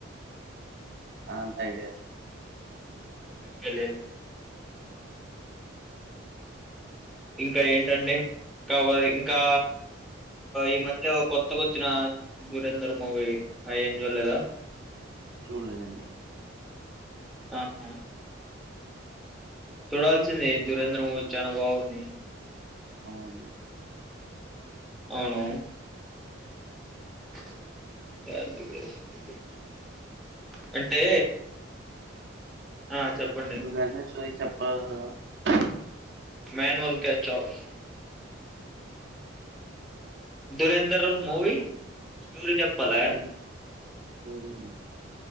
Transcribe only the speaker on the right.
ఆ అంత ఐడి
చూడేలేదండి
అవుండి
<unintelligible>
అహ
స్టోరీ, స్టోరీ అండి.